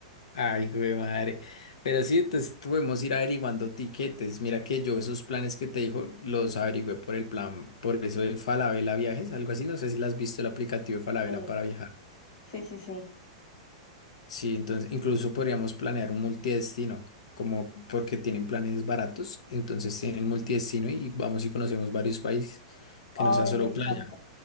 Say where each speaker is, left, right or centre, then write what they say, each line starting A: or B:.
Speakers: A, on the left; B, on the left.
A: Ay, güey, madre. Pero sí, entonces podemos ir averiguando tiquetes. Mira que yo esos planes que te dijo los averigüé por el plan, por eso de Falabella Viajes, algo así. No sé si las has visto el aplicativo de Falabella
B: Sí,
A: para viajar.
B: sí, sí, sí.
A: Sí, entonces incluso podríamos planear un multidestino, como porque tienen planes baratos, entonces tienen multidestino y vamos y conocemos varios países, que
B: Ay,
A: no sea solo
B: me encanta,
A: playa.